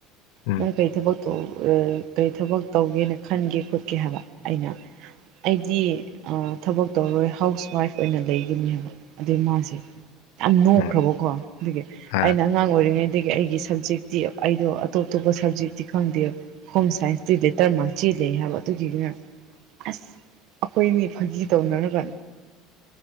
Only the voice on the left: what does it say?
ꯎꯝ
ꯎꯝ
ꯑ